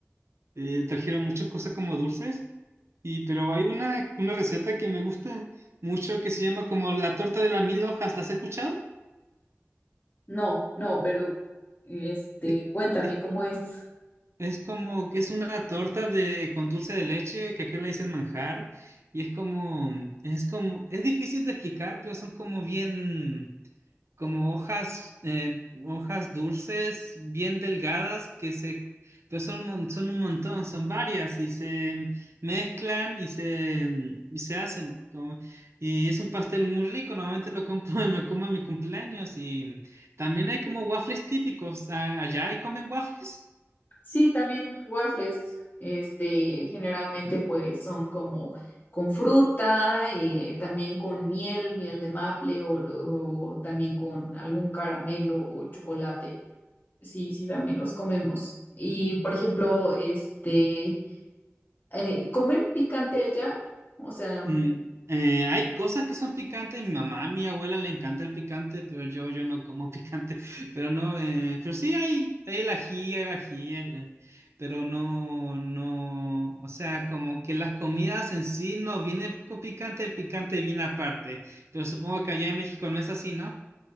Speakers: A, on the right; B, on the left.
A: eh, trajeron muchas cosas como dulces. Y pero hay una, una receta que me gusta mucho que se llama como la torta de las mil hojas. ¿Las has escuchado?
B: No, no, pero este,
A: Es,
B: cuéntame
A: es
B: cómo es.
A: Es como que es una torta de con dulce de leche que aquí le dicen manjar y es como es como es difícil de explicar, pero son como bien como hojas eh, hojas dulces bien delgadas que se pero son un, mon- son un montón, son varias y se mezclan y se y se hacen como y es un pastel muy rico, normalmente lo compro <laughs> y me como en mi cumpleaños y también hay como waffles típicos, ah, ¿allá y comen waffles?
B: Sí, también waffles, este, generalmente pues son como con fruta, eh, también con miel, miel de maple o, lo- o también con algún caramelo o chocolate. Sí, sí, también los comemos. Y por ejemplo, este, eh, ¿comen picante allá? O sea,
A: Mm, eh, hay cosas que son picantes. Mi mamá, a mi abuela le encanta el picante, pero yo, yo no como picante. <laughs> Pero no, eh, pero sí hay, hay el ají, el ají, eh, eh, pero no, no. O sea, como que las comidas en sí no vienen con picante, el picante viene aparte. Pero supongo que allá en México no es así, ¿no?